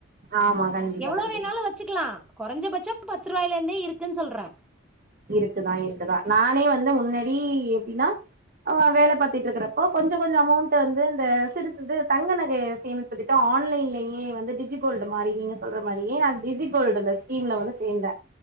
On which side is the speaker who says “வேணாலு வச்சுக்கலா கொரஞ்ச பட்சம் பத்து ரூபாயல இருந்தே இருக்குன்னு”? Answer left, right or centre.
Centre